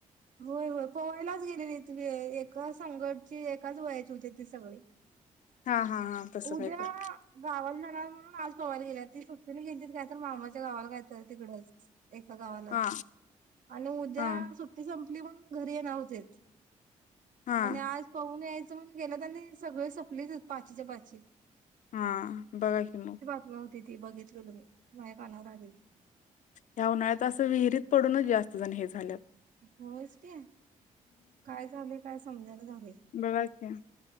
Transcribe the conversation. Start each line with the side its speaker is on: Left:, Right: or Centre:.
Right: होय होय पोहायलाच गेलेली तु एका संकटची एकाच वयाची होती ते सगळे
Left: हा हा हा तसं
Right: उद्या
Left: काय तर
Right: गावाला जाणार म्हणून आज पोयला गेले त सुटेली घेतलीत काय तर मामाच्या गावाला काय तर तिकडंच एका गावालाच
Left: हा
Right: आणि उद्या
Left: हा
Right: सुट्टी संपली म्हणून घरी येणार होतेच
Left: हा
Right: आणि आज पोहुन यायचं म्हणून गेलं तर आणि सगळे सपलेच पाचीच्या पाची
Left: हा बघा कि मग
Right: नव्हती ती बघितली माझ्या कानावर आलेल
Left: ह्या उन्हाळ्यात असं विहिरीत पडूनच जास्त जण हे झाल्यात.
Right: होच क काय झालेय काय समजणा झाले.
Left: बघ कि